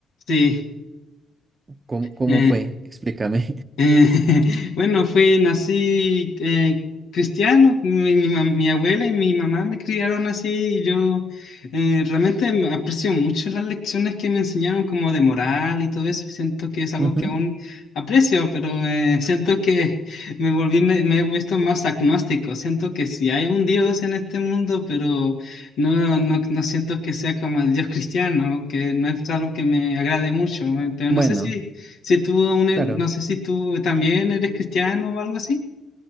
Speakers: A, on the left; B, on the right.
A: Sí.
B: ¿Cómo, cómo
A: eh,
B: fue? Explícame.
A: Eh, <laughs> bueno, fui, nací eh, cristiano, mi, mi mam- mi abuela y mi mamá me criaron así y yo eh, realmente me aprecio mucho las lecciones que me enseñaron como de moral y todo eso y siento que es algo
B: <laughs> Ujú.
A: que aún aprecio, pero eh, <laughs> siento que me volví, me, me he vuelto más agnóstico, siento que sí hay un Dios en este mundo, pero no, no, no siento que sea como el Dios cristiano, que no es algo que me agrade mucho, eh, pero
B: Bueno,
A: no sé si... Si tú, une-
B: claro.
A: no sé si tú también eres cristiano o algo así.